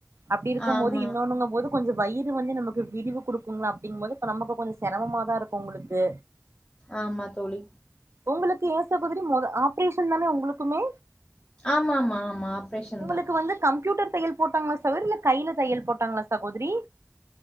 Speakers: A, on the right (about 65°); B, on the left (about 30°).
A: அப்படி இருக்கும்
B: ஆமா
A: போது, இன்னொண்ணுங்க போது கொஞ்ச வயிறு வந்து நமக்கு விரிவு கொடுக்குங்களா அப்டிங்கபோது நமக்கு கொஞ்ச சிரமமாதா இருக்கு உங்களுக்கு
B: ஆமா தோழி
A: உங்களுக்கு ஏன் சகோதரி மொத ஆப்ரேஷன் தானே உங்களுக்குமே
B: ஆமா ஆமா ஆமா ஆப்ரேஷன்
A: உங்களுக்கு
B: தா
A: வந்து கம்ப்யூட்டர் தையல் போட்டாங்களா சகோதரி இல்ல கையில தையல் போட்டாங்களா சகோதரி